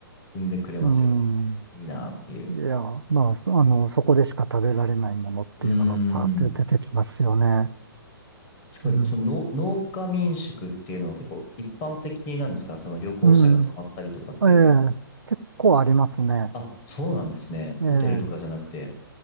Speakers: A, on the left (about 30°); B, on the right (about 80°).
A: 生んでくれますよね。
B: うん。
A: いいなっていう。
B: いや、まあ、そあの、そこでしか食べられないものっていうのがパーって出てきますよね。
A: うーん。すごい、
B: うん。
A: その農農家民宿っていうのは結構一般的なんですかその旅行者が泊まったりとかっていうのは。
B: うん。ええ、結構ありますね。
A: あ、そうなんですね。ホテルとかじゃなくて。
B: ええ、